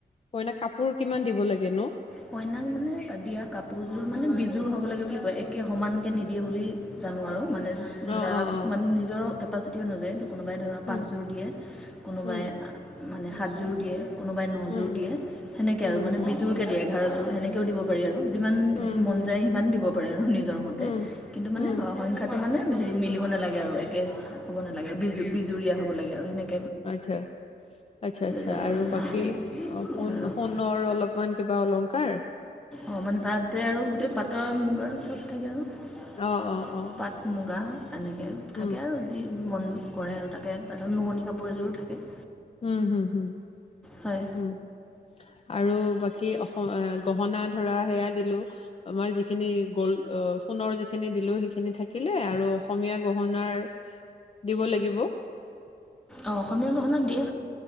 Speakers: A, on the left; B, in the centre.
A: কইনা কাপ দিব লাগে ন।
B: কইনাক মানে দিয়া কাপোৰযোৰ মানে বিজোৰ হব লাগে বুলি কয় একে সমান কে নিদ দিয়ে বুলি জানো আৰু মানে। ধৰা
A: অ অ অ
B: মানে নিজৰ কেপাচিতি আনুজাৰি। কোনোবাই ধৰক পাঁচযোৰ
A: উম
B: দিয়ে কোনোবাই
A: উম
B: মানে সাতযোৰ দিয়ে। কোনোবাই নযোৰ
A: উম,
B: দিয়ে সেনেকে
A: হুম,
B: আৰু মানে
A: হুম,
B: বিজোৰকে দিয়ে। ঘাৰযোৰ সেনেকেও দিব পাৰি আৰু। যিমান
A: হুম,
B: মন
A: হুম,
B: যায় সিমান দিব। পৰে আৰু নিজৰ। নিজৰ মতে
A: হুম,
B: কিন্তু মানে
A: হুম,
B: সংখ্যাটো মানে। হেৰি মিলিব নালাগে আৰু। হ'ব নালাগে বিজু বিজুুৰীয়া হ'ব লাগে আৰু সেনেকে।
A: আচছা আচ্ছা আচ্ছা
B: জানো
A: আৰু বাকী
B: সেনেকৈ
A: অহ সোণ
B: ধৰক
A: সোণৰ অলপমান কিবা অলংকাৰ কাৰ।
B: অহ মানে তাতে আৰু গোটেই পাটৰ মুগাৰ চব থাকে আৰু
A: অ', অ', অ',
B: পাট মুগা
A: অ',
B: এনেকৈ
A: উম,
B: থাকে আৰু যি মন কৰে আৰু তাতে তাতে নোৱনি কাপোৰ এযোৰো থাকে।
A: উম হম হম।
B: হয়
A: উম। আৰু বাকী অসম গহনা ধৰা সেয়া দিলো আমাৰ যিখিনি গল সোণৰ যিখিনি দিলো সেইখিনি থাকিলে আৰু অসমীয়া গহণাৰ দিব লাগিব। <unintelligible>
B: অহ অসমীয়া গহনাত দিয়ে।